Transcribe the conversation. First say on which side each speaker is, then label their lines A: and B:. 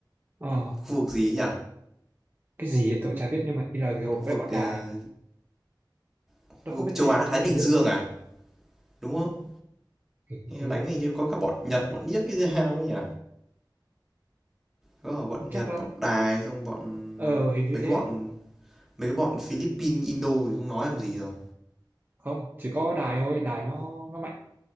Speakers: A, on the right; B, in the centre.
A: ờ
B: Khu vực gì nhỉ?
A: cái gì ấy, tôi cũng chả biết nhưng mà như là gộp
B: Khu vực,
A: với bọn
B: ờ,
A: đài
B: khu
A: tôi không
B: vực
A: biết
B: châu
A: tên
B: Á
A: đâu
B: Thái
A: tôi
B: Bình
A: chỉ biết
B: Dương à? Đúng không?
A: hình như thế
B: đánh hình như có cả bọn Nhật, bọn Nhiếc cái sao ấy nhỉ? Có
A: tôi
B: cả
A: cũng
B: bọn
A: không chắc
B: Nhật,
A: lắm
B: bọn Đài xong bọn
A: ờ hình như
B: mấy
A: thế
B: cái bọn mấy cái bọn Philippines, Indo thì không nói làm gì rồi.
A: không chỉ có đài thôi đài nó nó mạnh